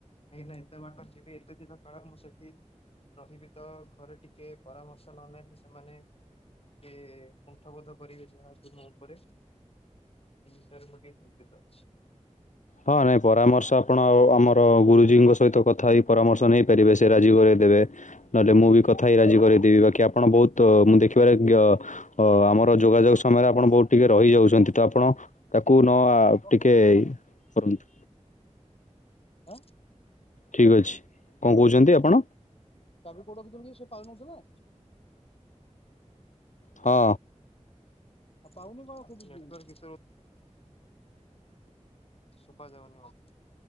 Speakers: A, on the left (about 50°); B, on the left (about 80°).
A: କାଇଁ ନା, ଏତେ ବାଟ ଯିବି, ଏତେ ଦିନ କାଳ ମୁଁ ସେଠି ରହିବି ତ, ଘରେ ଟିକେ ପରାମର୍ଶ ନନେଲେ ସେମାନେ କି କୁଣ୍ଠ ବୋଧ କରିବେ, ଯାହା ତୁମ ଉପରେ। ଏ ବିଷୟରେ ମୁଁ ଟିକେ ଚିନ୍ତିତ ଅଛି।
B: ହଁ ନାଇଁ, ପରାମର୍ଶ, ଆପଣ ଆ ଆମର ଗୁରୁଜୀଙ୍କ ସହିତ କଥା ହେଇ ପରାମର୍ଶ ନେଇପାରିବେ, ସେ ରାଜି କରେଇ ଦେବେ। ନହେଲେ ମୁଁ ବି କଥା ହେଇ ରାଜି କରେଇଦେବି, ବାକି ଆପଣ ବହୁତ ମୁଁ ଦେଖିବାରେ କି ଅ ଆମର ଯୋଗାଯୋଗ ସମୟରେ ଆପଣ ବହୁତ ଟିକେ ରହିଯାଉଚନ୍ତି, ତ ଆପଣ ତାକୁ ନ ଆ
A: ପାଉନଥିଲୁ
B: ଟିକେ କରନ୍ତୁ।
A: ହଁ।
B: ଠିକ୍ ଅଛି। କଣ
A: ପାଉନଥିଲୁ?
B: କହୁଛନ୍ତି ଆପଣ
A: ଚାବି କୋଉଠି ରଖିଥିଲୁକି ସେ ପାଉନଥିଲେ?
B: ହଁ।
A: ଆଉ ପାଉନି କଣ ଖୋଜୁଛି? ଶୁଭାଯାଉନି ମତେ?